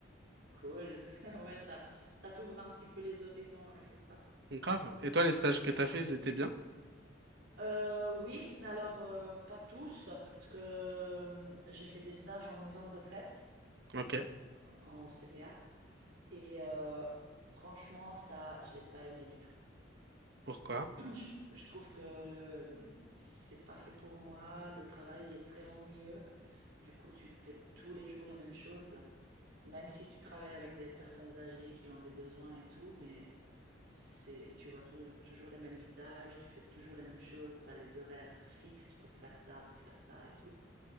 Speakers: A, on the right; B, on the right.
A: cool. <laughs> Ouais, ça, ça t'ouvre un petit peu les horizons et tout ça.
B: Grave. Et toi, les stages que t'as fait, ils étaient bien?
A: Euh, oui, alors euh, pas tous, parce que euh, j'ai fait des stages en maison de retraite,
B: Ok.
A: en CPA, et euh, franchement, ça, j'ai pas aimé du tout.
B: Pourquoi?
A: <clears throat> Je, je trouve que euh, c'est pas fait pour moi, le travail est très ennuyeux, du coup, tu fais tous les jours la même chose. Même si tu travailles avec des personnes âgées qui ont des besoins et tout, mais c'est, tu vois tou- toujours les mêmes visages, tu fais toujours les mêmes choses, tu as les horaires fixes pour faire ça, pour faire ça et tout.